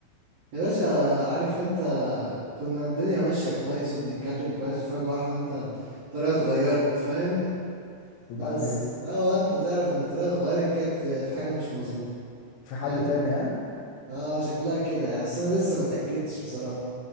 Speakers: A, on the right (about 60°); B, on the left (about 80°).
A: يا باشا عارف انت كنا الدنيا ماشيه كويس وبنتكلم كويس وفجاه واحده انت الطريقه اتغيرت فاهم
B: وبعدين
A: بس هو انت تعرف ان الطريقه اتغيرت كانت في حاجه مش مظبوطه
B: في حد
A: فاهم
B: تاني ها
A: اه شكلها كده يعني بس انا لسه ما اتاكدتش بصراحه